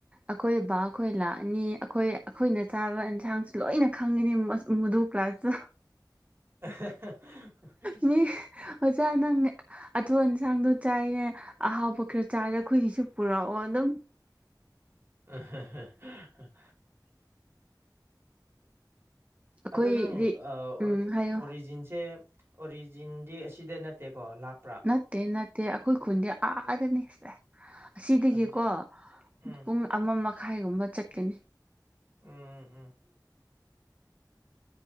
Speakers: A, on the right (about 20°); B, on the right (about 35°).
A: ꯑꯈꯣꯏ ꯕꯥ ꯈꯣꯏ ꯂꯥꯛꯑꯅꯤ ꯑꯈꯣꯏ ꯑꯈꯣꯏꯅ ꯆꯥꯕ ꯌꯦꯟꯁꯥꯡꯁꯨ ꯂꯣꯏꯅ ꯈꯪꯒꯅꯤ ꯃꯁ ꯃꯗꯨ ꯀ꯭ꯂꯥꯁꯇꯣ
B: ꯑꯍꯥꯍꯥꯍꯥ ꯍꯥ
A: ꯃꯤ ꯑꯣꯖꯥ ꯅꯪ ꯑꯗꯨ ꯏꯟꯁꯥꯡꯗꯣ ꯆꯥꯏꯌꯦ ꯑꯍꯥꯎꯕ ꯈꯔ ꯆꯥꯏꯔ ꯑꯩꯈꯣꯏꯒꯤꯁꯨ ꯄꯨꯔꯛꯑꯣ ꯑꯗꯨꯝ
B: <unintelligible>
A: ꯑꯩꯈꯣꯏꯗꯤ
B: ꯑꯗꯣ ꯅꯪ ꯑ
A: ꯎꯝ ꯍꯥꯏꯌꯣ
B: ꯑꯣꯔꯤꯖꯤꯟꯁꯦ ꯑꯣꯔꯤꯖꯤꯟꯗꯤ ꯑꯁꯤꯗ ꯅꯠꯇꯦꯀꯣ ꯂꯥꯞ
A: ꯅꯠꯇꯦ ꯅꯠꯇꯦ ꯑꯈꯣꯏ ꯈꯨꯟꯗꯤ ꯑꯥꯗꯅꯤ ꯁꯦ ꯑꯁꯤꯗꯒꯤꯀꯣ
B: ꯈꯟꯖꯦ ꯎꯝ
A: ꯄꯨꯡ ꯑꯃ ꯃꯈꯥꯏꯒꯨꯝꯕ ꯆꯠꯀꯅꯤ
B: ꯎꯝ ꯎꯝ ꯎꯝ